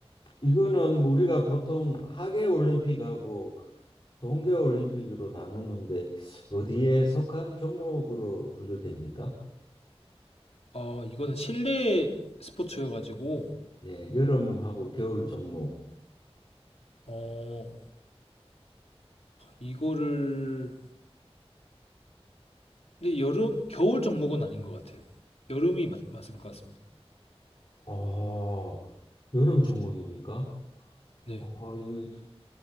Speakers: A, on the left; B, on the left.
A: 이거는 뭐 우리가 보통 하계 올림픽하고 동계 올림픽으로 나누는데 어디에 속한 종목으로 분류됩니까?
B: 어, 이거는 실내 스포츠여가지고
A: 예, 여름하고 겨울 종목.
B: 어, 이거를 근데 여름 겨울 종목은 아닌 것 같아요. 여름이 맞, 맞을 것 같습니다.
A: 어, 여름 종목입니까?
B: 네,
A: 아 이거